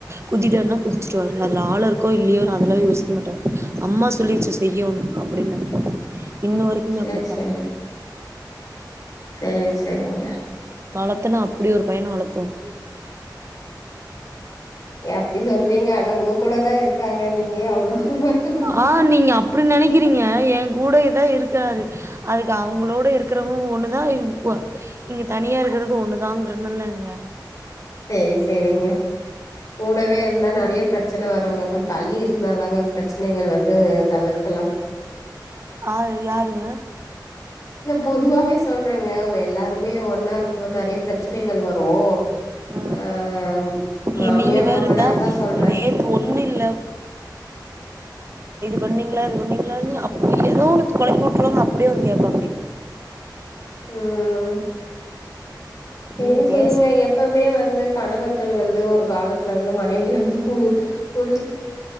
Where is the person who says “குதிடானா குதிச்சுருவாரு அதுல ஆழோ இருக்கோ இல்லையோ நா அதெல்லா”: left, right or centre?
Right